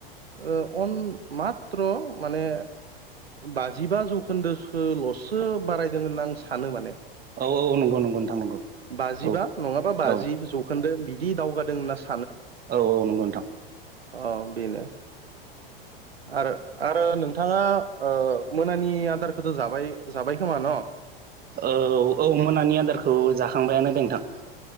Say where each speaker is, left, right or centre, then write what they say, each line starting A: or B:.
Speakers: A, on the right; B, on the right.
A: ओ अन माथ्र माने बाजिबा जौखोन्दोसो लसो बारायदों होनना आं सानो माने
B: औ औ नंगौ नंगौ नोंथां नंगौ
A: बाजिबा
B: औ
A: नङाबा बाजि
B: औ
A: जौखोन्दो बिदि दावगादों होनना सा
B: औ औ नंगौ नोंथां
A: अ बेनो आरो आरो नोंथाङा ओ मोनानि आदारखौथ जाबाय जाबाय खोमा न
B: औ औ मोनानि आदारखौ जाखांबायानो दे नोंथां